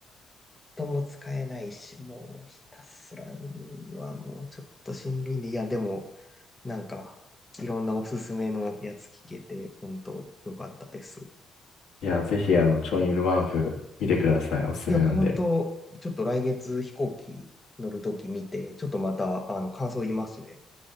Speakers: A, on the left; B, on the left.
A: とも使えないし、もうひたすらはもうちょっとしんどいんで、いや、でも、なんか、いろんなおすすめのやつ聞けて、本当よかったです。
B: いや、ぜひ、あの、チョンイルワンフ見てください。おすすめなんで。
A: いや、本当ちょっと来月飛行機乗るとき見て、ちょっとまた、あの、感想言いますね。